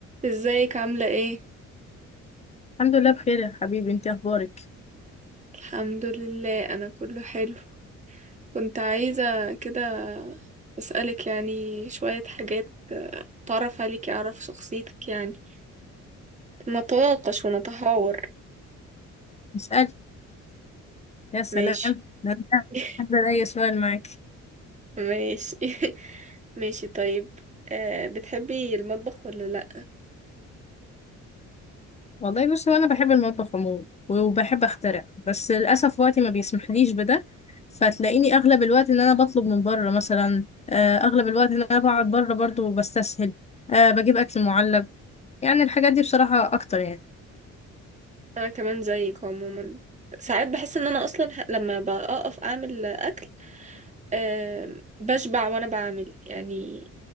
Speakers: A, on the right; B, on the left.
A: ازيك عاملة ايه؟
B: الحمد لله بخير يا حبيبي انت اخبارك
A: الحمد لله انا كله حلو كنت عايزة كده اسألك يعني شوية حاجات آه، اتعرف عليك اعرف شخصيتك يعني نتناقش ونتحاور
B: اسألي يا سلام
A: ماشي
B: ده انا
A: <laughs>
B: هقدر اي سؤال معاك
A: ماشي <laughs> ماشي طيب أه بتحبي المطبخ ولا لا؟
B: والله بصي وانا بحب المطبخ عموما وبحب اخترع بس للاسف وقتي ما بيسمحليش بده فتلاقيني اغلب الوقت ان انا بطلب من بره مثلا آه، اغلب الوقت ان انا بقعد بره برضو بستسهل أه بجيب اكل معلب يعني الحاجات دي بصراحة اكتر يعني
A: انا كمان زيك عموما ساعات بحس ان انا اصلا ه- لما بقف اعمل اكل أه بشبع وانا بعمل يعني